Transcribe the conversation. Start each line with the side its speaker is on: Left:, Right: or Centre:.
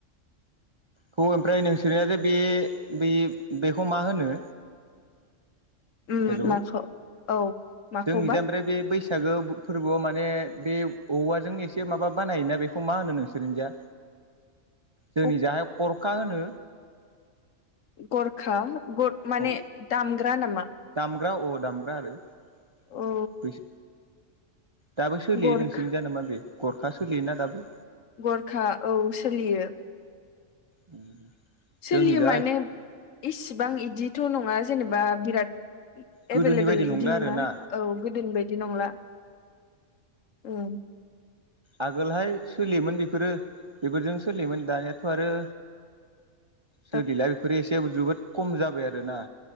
Right: खौ ओमफ्राय नोंसोरनिया जे बे बै बेखौ मा होनो
Left: उम
Right: हेल'
Left: माखौ औ माखौबा
Right: जोंनि दा ओमफ्राय बे बै सागो फोरबोआव माने बे औवाजों एसे माबा बानायोना बेखौ मा होनो नोंसोरनिजा
Left: <inaudible>
Right: जोंनि जाहाय खरखा होनो
Left: गरखा ग माने
Right: औ
Left: दामग्रा नामा?
Right: दामग्रा अ दामग्रा आरो बै
Left: औ
Right: दाबो सोलियो
Left: गरखा
Right: नोंसोरनि जानो मा बे गरखा सोलियोना दाबो
Left: गरखा औ सोलियो
Right: उम
Left: सोलियो
Right: जोंनि जा
Left: माने इसिबां इदिथ' नङा जेनेबा बिराद
Right: गोदोनि
Left: एबेलेबोल
Right: बायदि नंला
Left: इदि नङा
Right: आरोना
Left: औ गोदोनि बायदि नंला उ
Right: आगोलहाय सोलियोमोन बेफोरो बेफोरजों सोलियोमोन दानियाथ' आरो
Left: <inaudible>
Right: सोलिला बेफोरो एसे जोबोद खम जाबाय आरोना